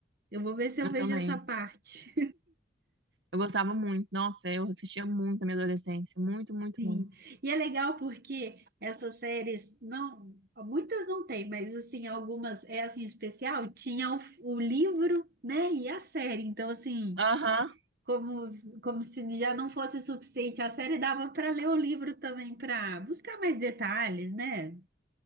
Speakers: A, on the right; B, on the right.
A: Eu vou ver se eu
B: Eu
A: vejo
B: também.
A: essa parte.
B: Eu gostava muito. Nossa, eu assistia muito na minha adolescência. Muito,
A: <laughs>
B: muito,
A: Sim.
B: muito.
A: E é legal porque essas séries não, muitas não tem, mas assim, algumas é assim especial, tinha o, o livro, né, e a série. Então assim,
B: Aham.
A: como como se já não fosse suficiente, a série dava para ler o livro também para buscar mais detalhes, né?